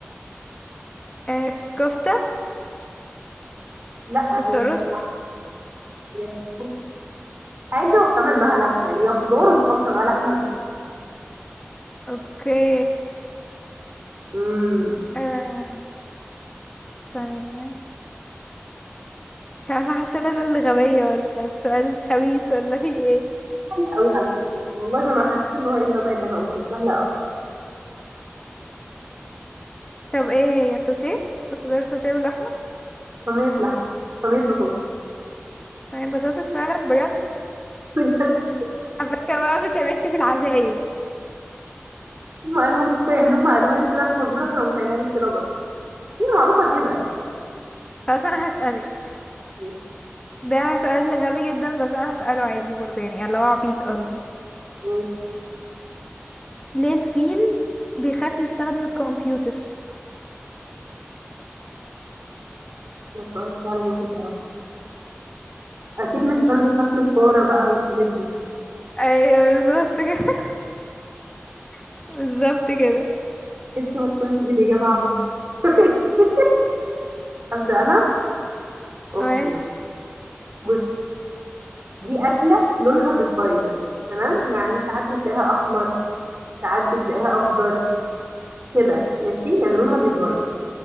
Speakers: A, on the left; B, on the right.
A: آه كفته
B: لا
A: كفته
B: هي
A: ورز
B: بتت- هي بتكون حاجة وبتعمل معاها لحمة يعني هي خضار وبتحط معاها لحمة غير
A: اوكي
B: امم
A: آه ثانيه مش عارفه حاسه ان انا اللي غبيه ولا السؤال خبيث ولا في ايه
B: قوي على فكرة والله ده أنا حسيت إن هو إيه الغباء اللي أنا قلته سهلة قوي
A: طب ايه هي سوتيه خضار سوتيه ولحمه
B: صينية لحمة صينية بطاطس
A: صينية بطاطس فعلا بجد
B: <laughs> بجد
A: حبكة بقى بتتعملش في العزايم
B: هم قالوا يعني هم قالوها لي كده الفزورة فأنا قمت قايلها لك كده برضه هي معروفة كده
A: خلاص انا هسألك
B: ماشي
A: ده سؤال غبي جدا بس انا هسأله عادي برضه يعني اللي هو عبيط قصدي
B: ماشي
A: ليه الفيل بيخاف يستخدم الكمبيوتر
B: ده سؤال فعلا وحش قوي اكيد مش عشان بيخاف من الفاره بقى والحاجات دي
A: ايوه بالظبط كده <laughs> بالظبط كده
B: انت ما تكونش دي الاجابه عنه <laughs> ابدا انا اوكي
A: ماشي
B: بص دي اكله لونها بيتغير تمام يعني ساعات بتلاقيها احمر ساعات بتلاقيها اخضر كده ماشي يعني لونها بيتغير